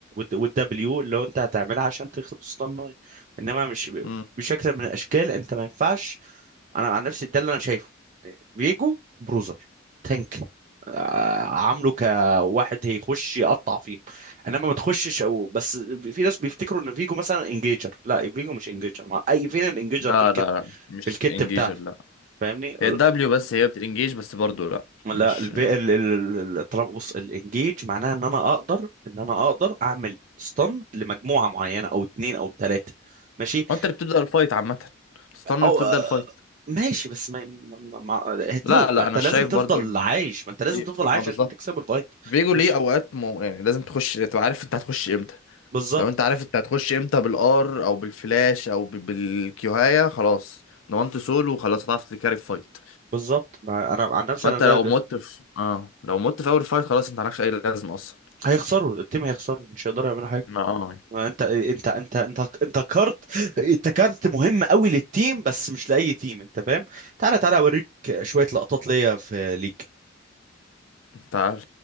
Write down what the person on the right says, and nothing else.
والدبليو اللي هو انت هتعملها عشان تاخد سطان ناي انما مش ب-
بشكل من الاشكال انت ما ينفعش انا عن نفسي ده اللي انا شايفه فيجو بروزر تانك آه، عامله كواحد هيخش يقطع فيهم انما ما تخشش او بس في ناس بيفتكروا ان فيجو مثلا انجيجر لا فيجو مش انجيجر مع اي فين الانجيجر
في الكت
في الكت
بتاعته
فاهمني
لا
الفي ال ال- ال- الطلب بص الانجيج معناها ان انا اقدر ان انا اقدر اعمل ستان لمجموعه معينه او اتنين او تلاته ماشي
او
ماشي بس ما, ما, ما هتموت
ما انت
لازم
تفضل
عايش ما انت لازم
تفضل عايش
عشان تكسب الفايت
ماشي
بالظبط
بالظبط ما انا عن نفسي
انا
ده,
ده
هيخسروا التيم هيخسروا مش هيقدروا يعملوا حاجه
انت انت انت انت انت كارت انت كارت مهم قوي للتيم بس مش لاي تيم انت فاهم تعالى تعالى اوريك شويه لقطات ليا في ليج